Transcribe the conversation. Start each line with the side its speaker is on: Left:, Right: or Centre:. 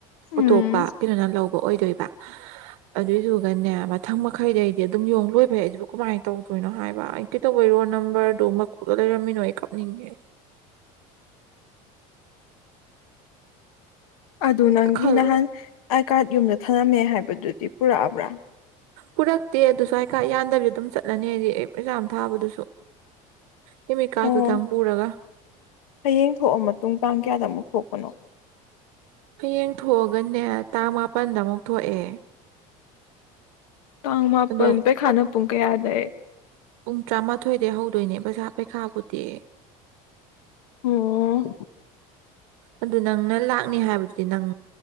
Left: ꯎꯝ
Right: ꯑꯇꯣꯞꯄ ꯀꯩꯅꯣꯅ ꯂꯧꯕ ꯑꯣꯏꯗꯣꯏꯕ
Left: <unintelligible>
Right: ꯑꯗꯨꯏꯗꯨꯒꯅꯦ ꯃꯊꯪ ꯃꯈꯩꯗ ꯑꯩꯗꯤ ꯑꯗꯨꯝ ꯌꯣꯡ ꯂꯣꯏ ꯐꯩ ꯑꯩꯁꯤꯕꯨ ꯀꯃꯥꯏꯅ ꯇꯧꯗꯣꯏꯅꯣ ꯍꯥꯏꯕ ꯀꯩꯇꯧꯕꯩꯔꯣ ꯅꯝꯕꯔꯗꯨꯣ ꯃꯀꯨꯗ ꯂꯩꯔꯝꯃꯤꯅꯣ ꯑꯩ ꯀꯥꯞꯅꯤꯡꯉꯦ
Left: ꯑꯗꯨ ꯅꯪꯒꯤ
Right: ꯈꯜ
Left: ꯅꯍꯥꯟ ꯑꯥꯏ ꯀꯥꯔꯗ ꯌꯨꯝꯗ ꯊꯛꯂꯝꯃꯦ ꯍꯥꯏꯕꯗꯨꯗꯤ ꯄꯨꯔꯛꯑꯕ꯭ꯔꯥ
Right: ꯄꯨꯔꯛꯇꯦ ꯑꯗꯨꯁꯨ ꯍꯥꯏꯀ ꯌꯥꯟꯗꯕꯤꯗ ꯑꯗꯨꯝ ꯆꯠꯂꯅꯤ ꯍꯥꯏꯗꯤ ꯑꯦꯛꯖꯥꯝ ꯊꯥꯕꯗꯨꯁꯨ ꯑꯦꯃꯤꯀꯥꯗꯨꯗꯪ
Left: ꯑꯣ
Right: ꯄꯨꯔꯒ
Left: ꯍꯌꯦꯡ ꯊꯣꯛꯑ ꯃꯇꯨꯡ ꯇꯥꯡ ꯀꯌꯥꯗ ꯑꯃꯨꯛ ꯊꯣꯛꯄꯅꯣ
Right: ꯍꯌꯦꯡ ꯊꯣꯛꯑꯒꯅꯦ ꯇꯥꯡ ꯃꯥꯄꯜꯗ ꯑꯃꯨꯛ ꯊꯣꯛꯑꯦ
Left: ꯇꯥꯡ ꯃꯥꯄꯜ
Right: ꯑꯗꯣ
Left: ꯄꯩꯈꯥꯅ ꯄꯨꯡ ꯀꯌꯥꯗꯩ
Right: ꯄꯨꯡ ꯇꯔꯥꯃꯥꯊꯣꯏꯗꯒꯤꯩ ꯍꯧꯗꯣꯏꯅꯦ ꯄꯩꯁꯥ ꯄꯩꯈꯥꯕꯨꯗꯤ
Left: ꯎꯝ
Right: ꯑꯗꯨ ꯅꯪꯅ ꯂꯥꯛꯅꯤ ꯍꯥꯏꯕꯗꯨꯗꯤ ꯅꯪ